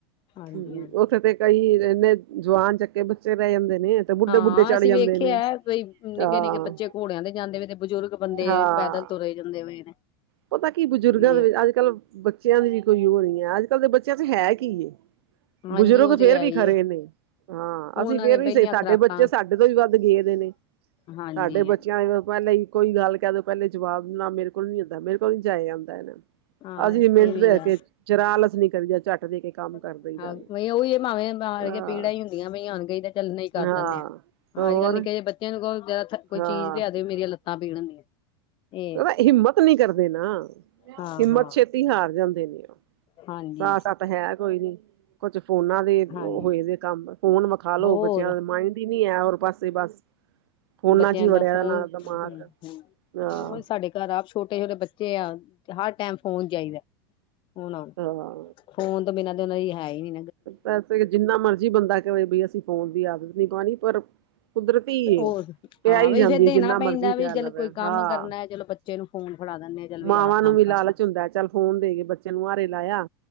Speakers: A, on the left; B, on the right.
A: ਹਾਂਜੀ
B: ਹੂੰ
A: ਹਾਂਜੀ
B: ਉੱਥੇ ਤੇ ਕਈ ਇੰਨੇ ਜਵਾਨ ਚੱਕੇ-ਬੱਚੇ ਬਹਿ ਜਾਂਦੇ ਨੇ। ਤੇ ਬੁੱਢੇ
A: ਹਾਂ,
B: ਬੁੱਢੇ ਚੜ
A: ਅਸੀਂ
B: ਜਾਂਦੇ
A: ਵੇਖਿਆ
B: ਨੇ
A: ਹੈ ਬਈ ਨਿੱਕੇ
B: ਹਾਂ
A: -ਨਿੱਕੇ ਬੱਚੇ ਘੋੜਿਆਂ ਦੇ ਜਾਂਦੇ ਵੇ, ਤੇ ਬਜ਼ੁਰਗ ਬੰਦੇ
B: ਹਾਂ
A: ਪੈਦਲ ਤੁਰ ਰਹੇ ਜਾਂਦੇ ਹੋਏ ਨੇ।
B: ਪਤਾ ਕੀ, ਬਜ਼ੁਰਗਾਂ
A: ਉਹੀ
B: ਦੇ
A: ਹੈ
B: ਵੀ ਅੱਜ -ਕੱਲ ਬੱਚਿਆਂ ਦੀ ਵੀ ਕੋਈ ਉਹ ਨਹੀਂ ਹੈ, ਅੱਜ- ਕੱਲ ਦੇ ਬੱਚਿਆਂ 'ਚ ਹੈ ਕੀ ਏ
A: ਹਾਂਜੀ
B: ਬਜ਼ੁਰਗ
A: ਉਹ ਤੇ
B: ਫਿਰ
A: ਹੈ
B: ਵੀ
A: ਹੀ
B: ਖਰੇ
A: ਹੈ
B: ਨੇ। ਹਾਂ,
A: ਉਹਨਾਂ
B: ਅਸੀਂ ਫਿਰ
A: ਨੇ
B: ਵੀ
A: ਪਹਿਲੀਆਂ
B: ਸਹੀ,
A: ਖੁਰਾਕਾਂ
B: ਸਾਡੇ ਬੱਚੇ ਸਾਡੇ ਤੋਂ ਵੀ ਵਧ ਗਏ ਦੇ ਨੇ
A: ਹਾਂਜੀ
B: ਸਾਡੇ ਬੱਚਿਆਂ 'ਚ ਤਾਂ ਪਹਿਲਾਂ ਹੀ ਕੋਈ ਗੱਲ ਕਹਿ ਦੋ ਪਹਿਲੇ ਜਵਾਬ ਨਾ, ਮੇਰੇ ਕੋਲ ਨੀ ਹੁੰਦਾ ਮੇਰੇ ਕੋਲੋਂ ਨਹੀਂ ਜਾਇਆ ਜਾਂਦਾ ਇਹ ਨਾ
A: ਹਾਂ
B: ਅਸੀਂ
A: ਇਹ
B: ਮਿੰਟ
A: ਵੀ
B: ਦੇ
A: ਗੱਲ
B: ਕੇ, ਜਰਾ ਆਲਸ ਨਈ ਕਰੀਦੇ ਝੱਟ ਦੇ ਕੇ ਕੰਮ
A: <inaudible>
B: ਕਰ ਦਈਦਾ
A: ਹਾਂ, ਵੀ ਉਹੀ ਏ ਨਾ ਭਾਵੇਂ ਮਾਰਕੇ
B: ਹਾਂ
A: ਪੀੜਾਂ ਹੀ ਹੁੰਦੀਆਂ ਪਈਆਂ ਹੁਣ ਕਈਦਾ ਚੱਲ ਨਹੀਂ ਕਰ
B: ਹਾਂ
A: ਦਿੰਦੇ ਆ।
B: ਹੋਰ
A: ਅੱਜਕਲ ਨਿੱਕੇ ਜਿਹੇ ਬੱਚਿਆਂ ਨੂੰ ਕਹੋ, ਜਾ ਸਾਨੂੰ ਕੋਈ
B: ਹਾਂ
A: ਚੀਜ਼ ਲਿਆ ਦੇ ਮੇਰੀਆਂ ਲੱਤ ਪੀੜ ਹੁੰਦੀਆਂ। ਇਹ
B: ਉਹ ਹਿੰਮਤ ਨੀ ਕਰਦੇ ਨਾ,
A: ਹਾਂ
B: ਹਿੰਮਤ
A: ਹਾਂ
B: ਛੇਤੀ ਹਾਰ ਜਾਂਦੇ ਨੇ ਉਹ।
A: ਹਾਂਜੀ
B: ਸਾਹ ਸੱਤ ਹੈ ਕੋਈ ਨੀ, ਕੁਛ ਫੋਨਾ ਦੇ
A: ਹਾਂਜੀ
B: ਹੋਏ ਦੇ ਕੰਮ। ਫੋਨ ਵਿਖਾ ਲੋੋ,
A: ਹੋਰ
B: ਬੱਚਿਆਂ ਦੇ ਮਾਇੰਡ ਹੀ ਨੀ ਹੈ ਹੋਰ ਪਾਸੇ ਬਸ। ਫੋਨਾਂ
A: ਬੱਚਿਆਂ
B: ਚ ਹੀ
A: ਦਾ
B: ਵੜਿਆ
A: ਫੋਨ
B: ਨਾ ਦਿਮਾਗ
A: ਹਮ ਹਮ
B: ਹਾਂ
A: ਫੋਨ ਸਾਡੇ ਘਰ ਆਪ ਛੋਟੇ- ਛੋਟੇ ਬੱਚੇ ਆ ਤੇ ਹਰ ਟੈਮ ਫੋਨ ਚਾਹੀਦਾ ਉਹਨਾ ਨੂੰ,
B: ਹਾਂ
A: ਫੋਨ ਤੋੰ ਬਿਨਾਂ ਤਾਂ ਉਹਨਾਂ ਦੀ ਹੈ ਹੀ ਨਹੀਂ
B: ਵੈਸੇ ਜਿੰਨਾ ਮਰਜੀ ਬੰਦਾ ਕਹੇ ਬਈ, ਅਸੀਂ ਫੋਨ ਦੀ ਆਦਤ ਨਹੀਂ ਪਾਉਣੀ ਪਰ ਕੁਦਰਤੀ
A: ਉਹ
B: ਪਿਆ
A: ਹਾਂ
B: ਹੀ
A: ਵੀ
B: ਜਾਂਦੀ
A: ਫਿਰ ਦੇਣਾ
B: ਹੈ ਜਿੰਨਾ ਮਰਜ਼ੀ
A: ਪੈਂਦਾ
B: ਕਹਿ
A: ਵੀ ਚਲ
B: ਲਵੇ
A: ਕੋਈ ਕੰਮ
B: ਹਾਂ
A: ਕਰਨਾ ਏ ਚਲੋ ਬ <unintelligible> ਬੱਚੇ ਨੂੰ ਫੋਨ ਫੜਾ ਦਿੰਨੇ ਆ। ਚਲ
B: ਮਾਵਾਂ
A: ਆਪ ਕੰਮ
B: ਨੂੰ ਵੀ
A: ਕਰ
B: ਲਾਲਚ
A: ਲਾਂਗੇ
B: ਹੁੰਦਾ ਚੱਲ ਫੋਨ ਦੇ ਕੇ ਬੱਚੇ ਨੂੰ ਆਹਰੇ ਲਾਇਆ।